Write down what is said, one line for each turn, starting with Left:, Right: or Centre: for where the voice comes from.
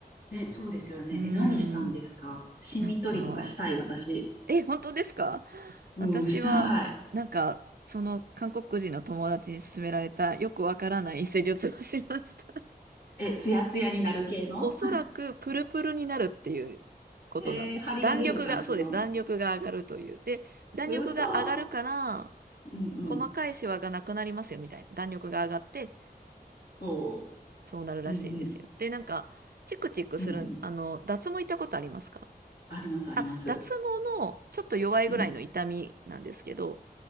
Left: ね、そうですよね。
Right: うーん、
Left: え、何したんですかシミ取りとかしたい、
Right: なんか、
Left: 私。
Right: え、本当ですか
Left: うん、
Right: 私は、
Left: したい。
Right: なんか、その韓国人の友達に勧められたよくわからない施術をしました。
Left: え、ツヤツヤになる系の
Right: おそらくプルプルになるっていうことなんです。
Left: えー、張りが出る感じの。
Right: 弾力が、そうです。弾力が上がるという。で、弾力が上がるから、
Left: 嘘。うんうん。
Right: 細かいシワがなくなりますよみたいな。弾力が上がって、
Left: おー
Right: そうなるらしいんですよ。
Left: うんうん。
Right: で、なんか、チクチクする、
Left: うんうん。
Right: あの、脱毛行ったことありますか
Left: あります、あります。
Right: あ、脱毛のちょっと弱いぐらいの痛みなんですけど、
Left: うんうん。